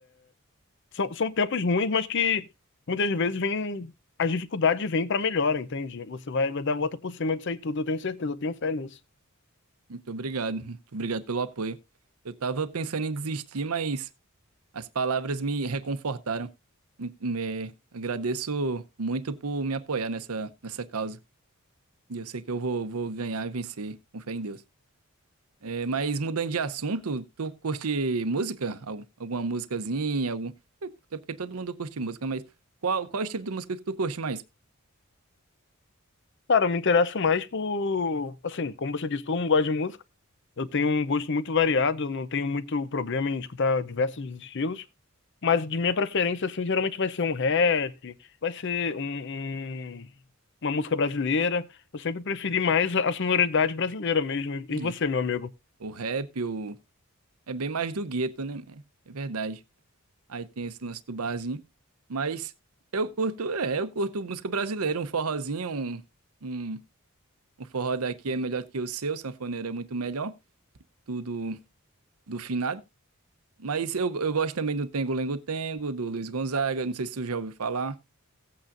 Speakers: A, on the left; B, on the right.
A: São, são tempos ruins, mas que muitas vezes vem, as dificuldades vêm pra melhora, entende? Você vai, vai dar a volta por cima disso aí tudo, eu tenho certeza, eu tenho fé nisso.
B: Muito obrigado, muito obrigado pelo apoio. Eu tava pensando em desistir, mas as palavras me reconfortaram. Me, me- agradeço muito por me apoiar nessa, nessa causa. E eu sei que eu vou, vou ganhar e vencer, com fé em Deus. É, mas mudando de assunto, tu curte música? Algum- alguma musicazinha? Algum... Até porque todo mundo curte música, mas qual, qual estilo de música que tu curte mais?
A: Cara, eu me interesso mais por, assim, como você disse, todo mundo gosta de música, eu tenho um gosto muito variado, eu não tenho muito problema em escutar diversos estilos. Mas de minha preferência, assim, geralmente vai ser um rap, vai ser um, um- uma música brasileira. Eu sempre preferi mais a a sonoridade brasileira mesmo. E
B: É,
A: e você, meu amigo?
B: o rap, o... é bem mais do gueto, né? É, é verdade. Aí tem esse lance do barzinho. Mas eu curto, é, eu curto música brasileira, um forrozinho, um, um, um forró daqui é melhor que o seu, sanfoneiro é muito melhor, tudo do finado. Mas eu, eu gosto também do Tengo Lengo Tengo, do Luiz Gonzaga, não sei se tu já ouviu falar,